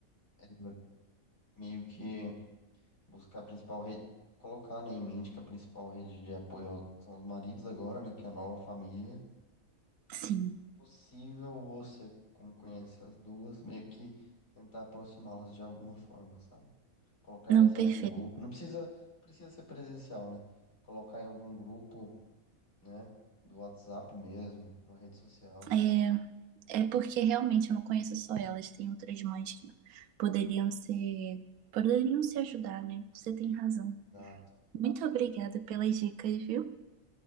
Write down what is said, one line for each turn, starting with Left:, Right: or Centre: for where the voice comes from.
Left: É, meio que buscar a principal rede, colocar, né, em mente que a principal rede de apoio ao- são os maridos agora, né, que é a nova família.
Right: sim.
Left: possível você, como conhece as duas, meio que tentar aproximá-las de alguma forma, sabe? Colocar
Right: Não,
Left: elas em
Right: perfeito.
Left: algum grupo. Não precisa, precisa ser presencial, né? Colocar em algum grupo, né? Do WhatsApp mesmo, na rede social.
Right: É, é porque realmente eu não conheço só elas, tem outras mães que poderiam ser, poderiam se ajudar, né? Você tem razão.
Left: Exato.
Right: Muito obrigada pelas dicas, viu?